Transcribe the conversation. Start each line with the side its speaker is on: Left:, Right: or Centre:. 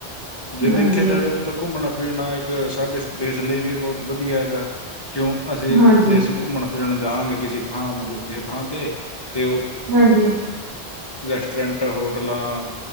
Left: ਜੇ ਦੇਖਿਆ
Right: ਹਾਂਜੀ,
Left: ਜਾਵੇ ਤਾਂ ਘੁੰਮਣਾ ਫਿਰਨਾ ਇੱਕ ਸਾਡੇ ਦੇਸ਼ ਲਈ ਵੀ ਬਹੁਤ ਵਧੀਆ ਹੈਗਾ ਕਿਉਂ ਅਸੀਂ
Right: ਹਾਂਜੀ,
Left: ਜੇ ਅਸੀਂ ਘੁੰਮਣ ਫਿਰਨ ਜਾਂਗੇ ਕਿਸੇ ਥਾਂ ਮਤਲਬ ਕਿਸੇ ਥਾਂ ਤੇ ਤੇ
Right: ਹਾਂਜੀ
Left: ਰੈਸਟੋਰੈਂਟ ਹੋਟਲ ਆ,